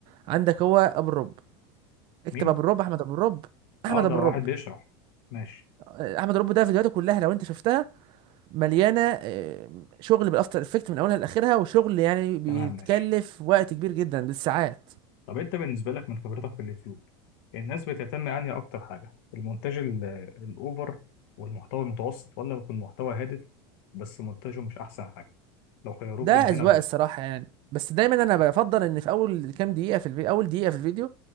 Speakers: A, on the right (about 40°); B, on the left (about 70°).
A: عندك هو ابو الرب اكتب
B: مين
A: ابو الرب احمد ابو الرب
B: اه
A: احمد
B: ده
A: ابو
B: واحد
A: الرب
B: بيشرح ماشي
A: احمد ابو الرب ده فيديوهاته كلها لو انت شفتها مليانه آه، شغل بالافتر افكت من اولها لاخرها وشغل يعني بيتكلف
B: تمام ماشي
A: وقت كبير جدا بالساعات
B: طب انت بالنسبه لك من خبرتك في اليوتيوب الناس بتهتم انهي اكتر حاجه المونتاج ال- الاوفر والمحتوى المتوسط ولا بيكون محتوى هادف بس مونتاجه مش احسن حاجه لو خيروك
A: ده
B: بين
A: اذواق
B: هنا وهنا
A: الصراحه يعني بس دايما انا بفضل ان في اول كام دقيقه في الفيديو اول دقيقه في الفيديو